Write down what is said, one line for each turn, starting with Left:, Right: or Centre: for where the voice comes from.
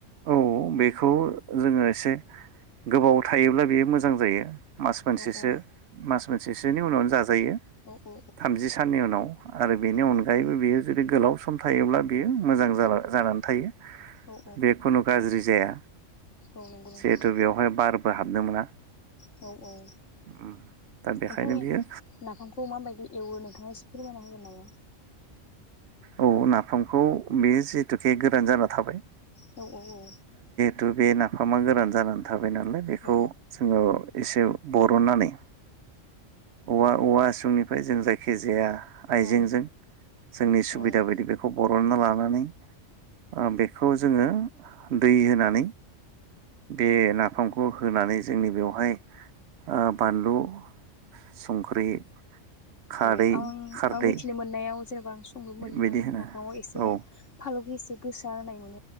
Right: औ बेखौ जोङो एसे गोबाव थायोब्ला बेयो मोजां जायो मास मोनसेसो
Left: औ औ
Right: मास मोनसेसोनि उनावनो जाजायो
Left: औ औ
Right: थामजि साननि उनाव आरो बेनि
Left: औ
Right: अनगायैबो बियो जुदि गोलाव सम थायोब्ला बियो मोजां जाना जानानै थायो
Left: औ
Right: बे खुनु गाज्रि जाया
Left: औ नंगौ नोंथां
Right: जिहेथु बेवहाय बारबो हाबनो मोना
Left: औ औ
Right: <unintelligible>
Left: ओमफ्राय
Right: बियो
Left: नाफामखौ मा बायदि एवो नोंथा फोरमायना होगोन नामा?
Right: औ, नाफामखौ बे जिहेतुके गोरान जाना थाबाय
Left: औ औ औ।
Right: थु बे नाफामा गोरान जागोन थाबाय नालाय बेखौ
Left: औ
Right: जोङो एसे बरननानै औवा-औवा हासुंनिफ्राय जों जायखिजाया आइजेंजों
Left: औ
Right: जोंनि सुबिदा
Left: औ औ
Right: बायदि बेखौ बर'ना लानानै ओ बेखौ जोङो <unintelligible> दै होनानै बे नाफाम खौ होनानै जोंनि बेयाव फ्राय ओ बानलु, संख्रि, खारै
Left: औ, आं
Right: खारदै
Left: आं मिथिनो मोननायाव जेनेबा आं संनो मोनो
Right: बिदि
Left: नालाय
Right: होनो
Left: नाफामाव एसे
Right: औ
Left: फालौखौ एसे गोसा <unintelligible>